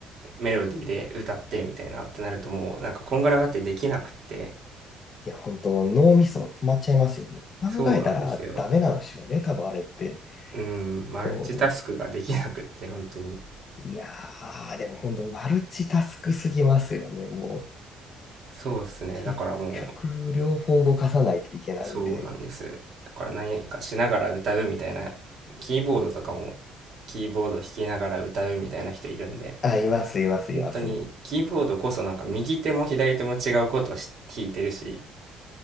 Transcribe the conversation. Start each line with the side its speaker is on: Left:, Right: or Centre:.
Right: メロディーで歌ってみたいなってなるともう、なんかこんがらがってできなくって、
Left: いや、本当脳みそ止まっちゃいますよね。考えたらダメなんでしょうね、
Right: そうなんですよ。
Left: 多分あれって。
Right: うん、マルチタスクができなくって、
Left: こ
Right: 本当に。
Left: う、いやー、でも本当マルチタスクすぎますよね、もう。
Right: そうですね。
Left: 結
Right: だからもう、
Left: 局、両方動かさないといけないんで。
Right: そうなんです。だから何かしながら歌うみたいな、キーボードとかもキーボード弾きながら歌うみたいな人いるんで、
Left: あ、います、います、
Right: 本当にキーボードこそなんか右手も左手も違うことし弾いてるし、
Left: います。